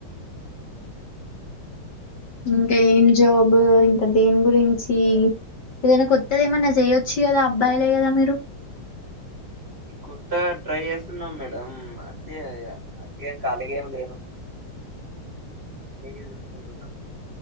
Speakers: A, on the left (about 50°); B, on the right (about 25°).
A: ఇకా ఏం జాబ్ ఇంకా దేని గురించి ఏదైన కొత్తది ఏమన్నా చెయొచ్చు కదా అబ్బాయిలే కదా మీరు
B: కొత్త ట్రై చేస్తున్నాం మేడం అంత అట్ అట్గాం కాలీగా ఏం లేను అన్నిటికి చూసుకుంటున్నా